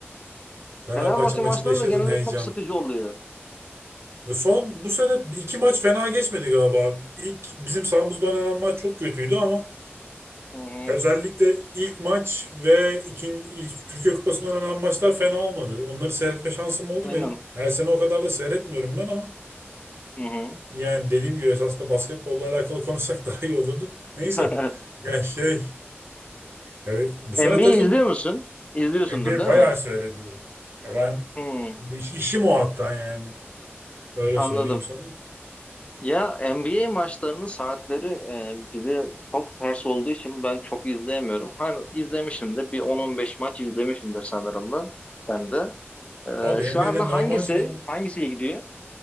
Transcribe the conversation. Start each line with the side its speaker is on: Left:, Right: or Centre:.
Right: Fenerbahçe
Left: Fenerbahçe
Right: maçında
Left: maçları
Right: yaşadığın
Left: da genelde
Right: heyecan.
Left: çok sıkıcı oluyor.
Right: Ve Son bu sene bir iki maç fena geçmedi galiba. İlk bizim sahamızda oynanan maç çok kötüydü ama
Left: Hı hı.
Right: özellikle ilk maç ve ikinci Türkiye Kupası'nda oynanan maçlar fena olmadı. Onları seyretme şansım oldu
Left: Aynen.
Right: benim. Her sene o kadar da seyretmiyorum ben ama
Left: Hı hı.
Right: yani dediğim gibi esasında basketbolla alakalı konuşsak <laughs> daha iyi olurdu. Neyse.
Left: <laughs>
Right: Ya şey yani bu sene
Left: NBA
Right: takım
Left: izliyor musun? İzliyorsundur
Right: NBA
Left: değil
Right: bayağı
Left: mi?
Right: seyrediyorum. Ya ben
Left: Hmm,
Right: bu iş- işim o hatta yani. Öyle
Left: anladım.
Right: söyleyeyim sana.
Left: Ya NBA maçlarının saatleri e, bize çok ters olduğu için ben çok izleyemiyorum. Hani izlemişimdir. Bir 10-15 maç izlemişimdir sanırım da. Ben de.
Right: Abi
Left: E, şu
Right: NBA'de
Left: anda
Right: normal
Left: hangisi
Right: sezon
Left: hangisi gidiyor?